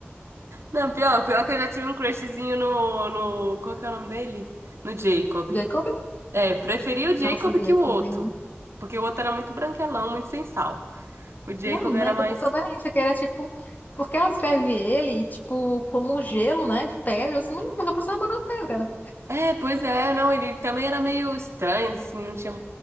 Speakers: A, on the right (about 80°); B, on the left (about 40°).
A: Não, pior, pior que eu já tive um crushzinho no, no. Qual que é o nome dele? No Jacob.
B: Jacob?
A: É, preferi o
B: Nossa,
A: Jacob
B: Jacob.
A: que o outro.
B: hein?
A: Porque o outro era muito branquelão, muito sem sal. O Jacob
B: Não, né?
A: era mais.
B: O problema é isso, é que era tipo. Porque ela escreve ele, tipo, como um gelo, né? De pedra. Eu assim, "Hum, mas a pessoa namorou pedra.
A: É, pois é, não, ele também era meio estranho, assim, não tinha.